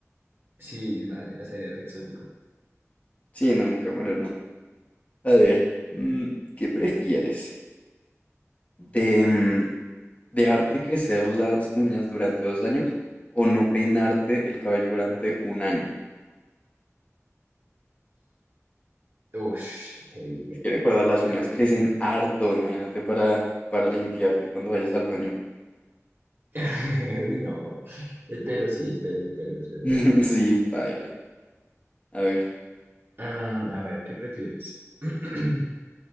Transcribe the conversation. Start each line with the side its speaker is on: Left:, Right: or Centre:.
Right: Sí, una ballena sería re exótico.
Left: Sí, no, un camarón no. A ver, mm, ¿qué prefieres? ¿De mm, dejarte crecer las uñas durante dos años o no peinarte el cabello durante un año?
Right: Ush, heavy, güey.
Left: Es que recuerda, las uñas
Right: Yo creo
Left: crecen
Right: que.
Left: harto, imagínate para, para limpiarte cuando vayas al baño.
Right: <laughs> Uy, no. El pelo, sí, el pelo, el pelo, es verdad.
Left: <laughs> Sí, paila. A ver.
Right: Ah, a ver, ¿qué prefieres? <clears throat>